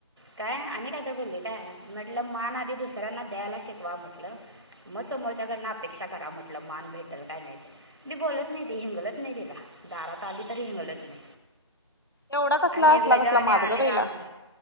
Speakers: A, on the right; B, on the left.
A: काय आणि कायतर बोल्ली काय म्हंटलं मान आधी दुसऱ्यांना द्यायला शिकवा म्हंटलं म समोरच्याकडन अपेक्षा करा म्हंटलं मान भेटल काय नायते मी बोलत नायती हिंगलत नाई तिला दारात ताली तरी हिंगलत नइ
B: एवढा कसला
A: आणि निर्लज्यावानी
B: असला कसला माझा
A: आनी
B: ग बाईला.
A: आमच